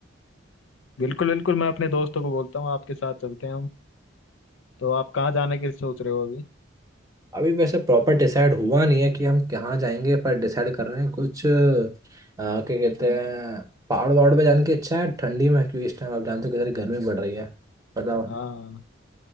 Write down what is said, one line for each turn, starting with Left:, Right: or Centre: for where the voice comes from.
Left: बिल्कुल बिल्कुल मैं अपने दोस्तों को बोलता हूँ आपके साथ चलते हैं हम तो आप कहाँ जाने की सोच रहे हो अभी
Right: अभी वैसे प्रॉपर डिसाइड हुआ नहीं है कि हम कहाँ जाएंगे पर डिसाइड कर रहे हैं कुछ अ, क्या कहते हैं पहाड़ वहाड़ पे जाने की इच्छा है ठंडी में क्योंकि इस टाइम आप जानते हो कितनी गर्मी बढ़ रही है बताओ
Left: हाँ